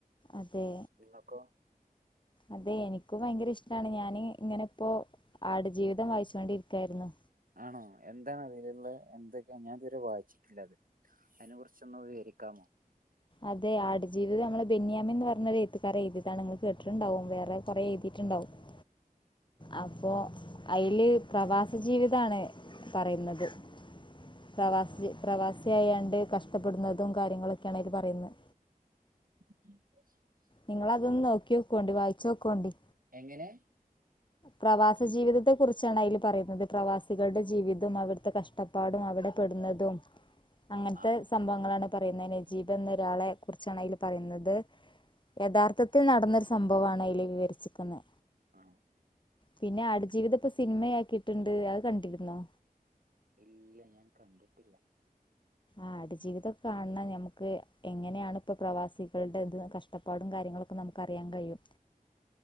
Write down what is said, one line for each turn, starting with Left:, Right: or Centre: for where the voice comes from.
Left: അതെ
Right: നിങ്ങൾക്കോ
Left: അതെ എനിക്കും ഭയങ്കര ഇഷ്ടാണ് ഞാന് ഇങ്ങനെപ്പോ ആട് ജീവിതം വായിച്ചോണ്ട് രിക്ക്യാര്ന്നു
Right: ആണോ എന്താണ് അതില്ള്ളത് എന്തൊക്കെ ഞാ ത് വരെ വായിച്ചിട്ടില്ലത് അയ്നെ കുറിച്ചൊന്ന് വിവരിക്കാമോ
Left: അതെ ആട് ജീവിതം നമ്മളെ ബെന്യാമെൻ ന്ന് പർഞ്ഞ എയ്ത്ത്കാരൻ എയ്ത്യെതാണ് ങ്ങള് കേട്ട്ട്ട്ണ്ടാവും വേറെ കൊറെേ എയ്തിറ്റ്ണ്ടാവും <inaudible> അപ്പോ അയ്ല് പ്രവാസ ജീവിതാണ് പറയുന്നത് പ്രവാസി പ്രവാസിയായാണ്ട് കഷ്ടപ്പെടുന്നതും കാര്യങ്ങളൊക്കെണ് അതില് പറയുന്നത്
Right: ഉം <unintelligible>
Left: നിങ്ങളതൊന്ന് നോക്ക്യോക്കോണ്ടി വായ്ച്ചോക്കോണ്ടി
Right: എങ്ങനെ
Left: പ്രവാസ ജീവിതത്തെ കുറിച്ചാണ് അയ്ല് പറയുന്നത് പ്രവാസികളുടെ ജീവിതം അവ്ട്ത്തെ കഷ് ട്ടപ്പാടും അവടെ പെടുന്നതും അങ്ങൻത്തെ
Right: ആണോ
Left: സംഭവങ്ങളാണ് പറയുന്നത് നജീബെന്നൊരാളെ കുറിച്ചാണയ്ല് പറയുന്നത് യഥാർത്ഥത്തിൽ നടന്നൊരു സംഭവാണ് അയ്ല് വിവരിച്ചിക്ക്‌ന്നെ
Right: ആഹ്
Left: പിന്നെ ആട് ജീവിതപ്പം സിനിമയാക്കിട്ട്ണ്ട് അത് കണ്ടിര്ന്നോ
Right: ഇല്ല ഞാൻ കണ്ടിട്ടില്ല
Left: ആട് ജീവിതൊക്കെ കാണ്ണം ഞമ്മക്ക് എങ്ങനെയാണ് ഇപ്പൊ പ്രവാസികൾ ടെ ത് കഷ് ട്ടപ്പാടും കാര്യങ്ങളൊക്കെ നമുക്കറിയാൻകഴിയും